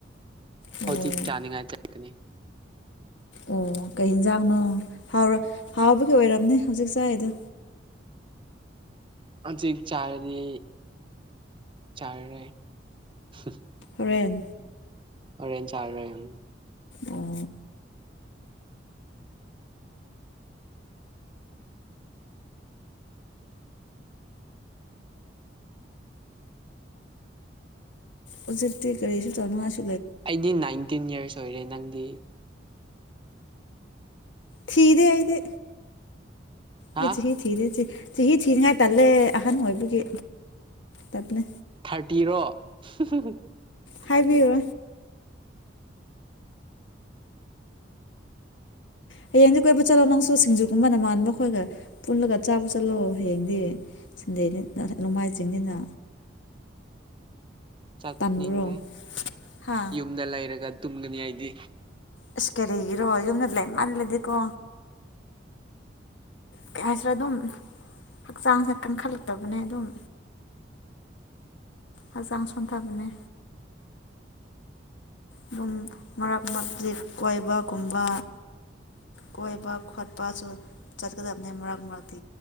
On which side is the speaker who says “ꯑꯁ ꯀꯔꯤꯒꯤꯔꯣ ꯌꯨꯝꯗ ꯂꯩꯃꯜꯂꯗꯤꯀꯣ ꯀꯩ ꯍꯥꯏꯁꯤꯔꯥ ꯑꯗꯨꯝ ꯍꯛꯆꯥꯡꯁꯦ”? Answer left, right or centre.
Left